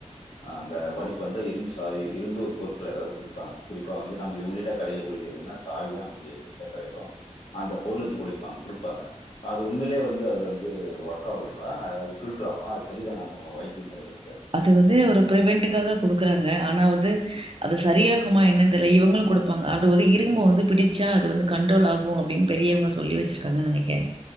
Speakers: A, on the left; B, on the right.
A: அந்த வலிப் பு வந்து இரும்பு சாவி இரும்பு பொருட்கள் ஏதாவது குடுப்பாங்க குறிப்பா வந்து நமக்கு இம்டியேட்டா கெடைக்கூடியது எதுனா சாவிதா நமக்கு இம்டியேட்டா கடைக்கும் அந்த பொருள் எடுத்து குடுப்பாங் குடுப்பாங்க அது உண்மையிலே வந்து அது வந்து ஒர்க் ஆகுதுங்களா அதாவது குடுக்கலாமா அது சரிதானா அந்த வைத்திய முறை வந்து?
B: அது வந்து ஒரு பிரிவென்டுக்காக குடுக் குறாங்க ஆனாவது
A: ம்.
B: அது சரியா குமா என்னன் தெர்ல இவங்களும் குடுப்பாங்க அது வது இருகமா வந்து பிடிச்சா அது வந்து கண்டரோல் ஆகும் அப்டினு பெரியவங்க சொல்லி வச்சிருக்காங்க நெனைக்கிறேன்